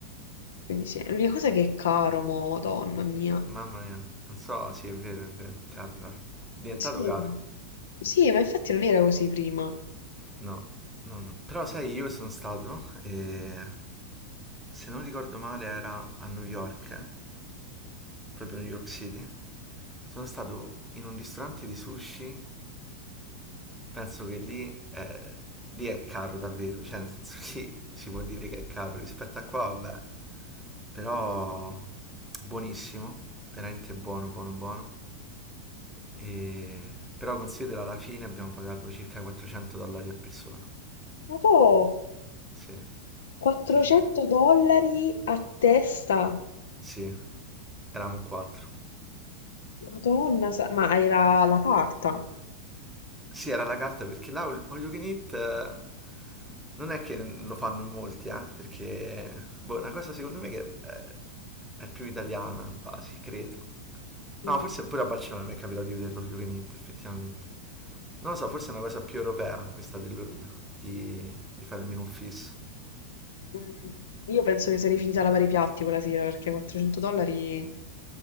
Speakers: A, on the left; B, in the centre.
A: Quindi sì, l'unica cosa è che è caro, mo, madonna mia.
B: Mamma mia, non so, sì, è vero, è vero, caro, caro, diventato
A: Sì.
B: caro.
A: Sì, ma infatti non era così prima.
B: No, no, no. Però sai, io sono stato e se non ricordo male era a New York, eh, proprio New York City. Sono stato in un ristorante di sushi, penso che lì è, lì è caro davvero, cioè nel senso lì <laughs> si può dire che è caro rispetto a qua, vabbè. Però buonissimo, veramente buono, buono, buono. E... Però considera alla fine abbiamo pagato circa 400 dollari a persona.
A: Ma po',
B: Sì,
A: 400
B: sì, sì,
A: dollari a testa.
B: sì, eravamo in quattro.
A: Madonna, sa- ma era la carta.
B: Sì, era la carta perché là All All You Can Eat eh, non è che lo fanno in molti, eh, perché boh, è una cosa secondo me che è, è più italiana quasi, credo. No,
A: Mm.
B: forse pure a Barcellona mi è capitato di vederlo All You Can Eat, effettivamente. Non lo so, forse è una cosa più europea questa dell'all- di, di fare il menù fisso.
A: Mm, Io penso che sarei finita a lavare i piatti quella sera perché 400 dollari